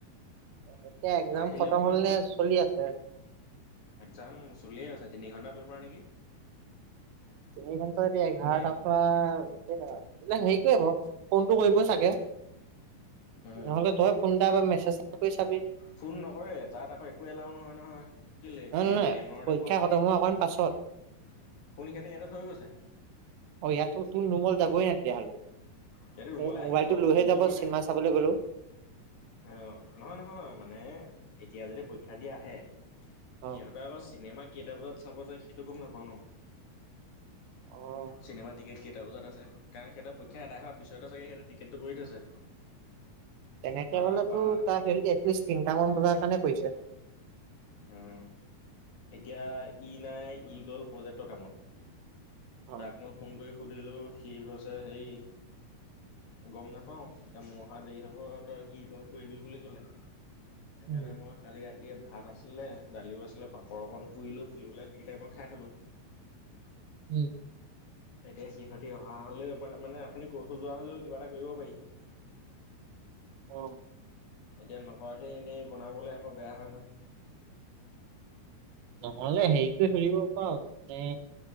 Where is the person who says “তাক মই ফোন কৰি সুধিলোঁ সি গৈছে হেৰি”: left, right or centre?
Left